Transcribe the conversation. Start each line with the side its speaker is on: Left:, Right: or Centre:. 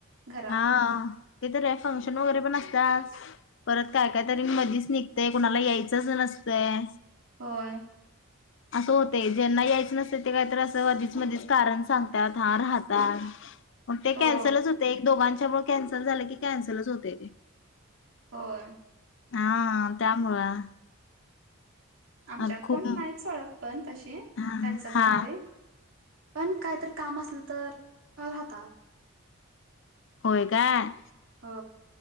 Right: घरात
Left: हा ते तर रे फंक्शन वगैरे पण असतात. परत काय काय तरी मी मधीच निघतेय कुणाला यायचंच नसतंय.
Right: होय.
Left: असं होतयं ज्यांना यायचं नसत ते काहीतरी असं अधीच मधीच कारण सांगत्यात. हां रहातात मग ते
Right: हो
Left: कॅन्सलच होतंय एक, दोघांचं त्यामुळं कॅन्सल झालं की कॅन्सलच होतय ते.
Right: होयं.
Left: हा. त्यामुळं.
Right: आमच्यात
Left: अ खूप
Right: पण नाहीत सोडा पण तसे
Left: हा
Right: कॅनसल
Left: हा
Right: होणारे, पण कायतर काम अस तर अ राहतात.
Left: होय काय?
Right: प